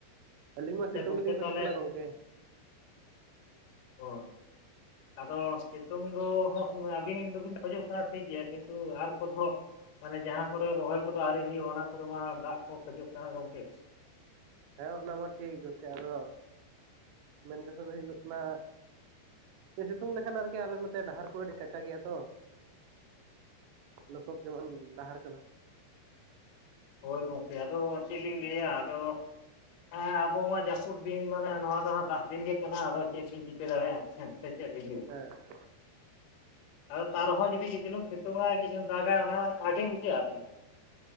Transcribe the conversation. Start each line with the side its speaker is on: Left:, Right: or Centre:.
Right: ᱟᱹᱞᱤᱧ ᱢᱟ
Left: ᱥᱮ
Right: ᱥᱤᱛᱩᱝ
Left: ᱜᱚᱝᱠᱮ
Right: ᱜᱮᱞᱤᱧ ᱠᱷᱚᱡᱚᱜ
Left: ᱛᱟᱦᱚᱞᱮ
Right: ᱠᱟᱱᱟ ᱜᱚᱢᱠᱮ ᱾
Left: ᱦᱚᱭ ᱾ ᱟᱫᱚ ᱥᱤᱛᱩᱝ ᱫᱚ ᱦᱟᱜ ᱟᱹᱵᱤᱱ ᱫᱚᱵᱤᱱ ᱠᱷᱚᱡᱚᱜ ᱠᱟᱱᱟ ᱴᱷᱤᱠ ᱜᱮᱭᱟ ᱠᱤᱱᱛᱩ ᱟᱨ ᱯᱚᱫᱽᱼᱼ ᱢᱟᱱᱮ ᱡᱟᱦᱟᱸ ᱠᱚᱨᱮ ᱨᱚᱦᱚᱭ ᱠᱚ ᱫᱚ ᱟᱹᱣᱨᱤ ᱦᱩᱸᱭᱩᱜᱼᱟ, ᱚᱱᱟ ᱠᱚᱨᱮ ᱢᱟ ᱫᱟᱜ ᱠᱚ ᱠᱷᱚᱡᱚᱜ ᱠᱟᱱᱟ ᱜᱚᱝᱠᱮ ᱾
Right: ᱦᱮᱸ ᱚᱱᱟ ᱢᱟ ᱴᱷᱤᱠ ᱜᱚᱢᱠᱮ ᱟᱫᱚ, ᱢᱮᱱ ᱠᱟᱛᱷᱟ ᱫᱚ ᱦᱩᱭᱩᱜᱚᱜ ᱠᱟᱱᱟᱼᱼ ᱥᱤᱛᱩᱝ ᱞᱮᱠᱷᱟᱱ ᱟᱨᱠᱤ ᱟᱞᱮ ᱱᱚᱛᱮ ᱰᱟᱦᱟᱨ ᱠᱚ ᱟᱹᱰᱤ ᱠᱟᱪᱟ ᱜᱮᱭᱟ ᱛᱚ ᱾ ᱞᱚᱥᱚᱫ ᱡᱮᱢᱚᱱ ᱰᱟᱦᱟᱨ ᱠᱟᱱᱟ ᱾
Left: ᱦᱚᱭ ᱜᱚᱝᱠᱮ ᱟᱫᱚ ᱪᱮᱫ ᱞᱤᱧ ᱞᱟᱹᱭᱟ ᱟᱫᱚᱼᱼ ᱦᱮᱸ ᱟᱵᱚ ᱢᱟ ᱡᱟᱹᱯᱩᱫ ᱫᱤᱱ ᱢᱟᱱᱮ ᱱᱚᱣᱟ ᱫᱚ ᱦᱟᱜ ᱫᱟᱜ ᱫᱤᱱ ᱜᱮ ᱠᱟᱱᱟ ᱟᱫᱚ ᱪᱮᱫ ᱵᱤᱱ ᱪᱤᱠᱟᱹ ᱫᱟᱲᱮᱭᱟᱜᱼᱟ ᱦᱮᱸ ᱾ ᱥᱮ ᱪᱮᱫ ᱵᱤᱱ ᱞᱟᱹᱭᱟ ᱾
Right: ᱦᱮᱸ ᱾
Left: ᱟᱫᱚ ᱛᱟᱨᱮᱦᱚᱸ ᱡᱩᱫᱤ ᱠᱤᱪᱨᱩᱢ ᱥᱤᱛᱩᱝ ᱟᱭ ᱠᱤᱪᱨᱩᱢ ᱫᱟᱜᱟ ᱚᱱᱟ ᱵᱷᱟᱜᱮ ᱵᱩᱡᱷᱟᱹᱜᱼᱟ ᱟᱨᱠᱤ ᱾